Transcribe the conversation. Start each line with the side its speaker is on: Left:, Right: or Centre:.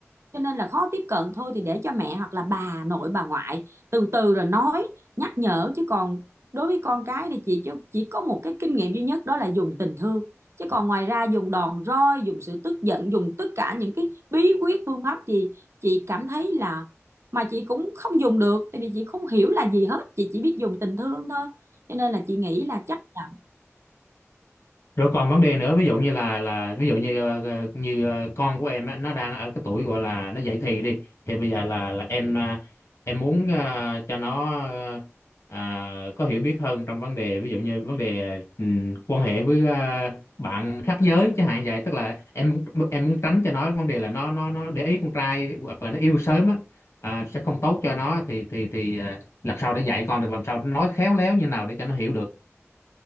Right: cho nên là khó tiếp cận thôi thì để cho mẹ hoặc là bà nội bà ngoại từ từ rồi nói nhắc nhở chứ còn đối với con cái thì chị chứ- chỉ có một cái kinh nghiệm duy nhất đó là dùng tình thương chứ còn ngoài ra dùng đòn roi dùng sự tức giận dùng tất cả những cái bí quyết phương pháp gì chị cảm thấy là mà chị cũng không dùng được tại vì chị không hiểu là gì hết chị chỉ biết dùng tình thương thôi cho nên là chị nghĩ là chắc là
Left: rồi còn vấn đề nữa ví dụ như là là ví dụ như ờ, ờ, như ờ, con của em á, nó đang ở cái tuổi gọi là nó dậy thì đi thì bây giờ là là em ờ, em muốn ờ, cho nó ờ, à, có hiểu biết hơn trong vấn đề ví dụ như vấn đề ừm, quan hệ với ờ, bạn khác giới chẳng hạn vậy tức là em em muốn tránh cho nó vấn đề là nó nó nó để ý con trai hoặc là nó yêu sớm á à, sẽ không tốt cho nó thì thì thì ờ, làm sao để dạy con được làm sao nói khéo léo như nào để cho nó hiểu được